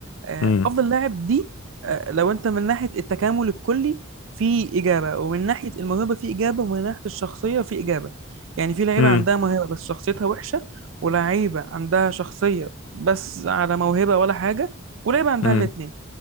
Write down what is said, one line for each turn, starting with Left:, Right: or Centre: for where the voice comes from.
Right: آه،
Left: امم
Right: أفضل لاعب دي آه، لو أنت من ناحية التكامل الكلي في إجابة ومن ناحية الموهبة في إجابة ومن ناحية الشخصية في إجابة يعني في لعيبة
Left: امم
Right: عندها موهبة بس شخصيتها وحشة ولعيبة عندها شخصية بس على موهبة ولا حاجة ولعيبة عندها
Left: امم
Right: الاتنين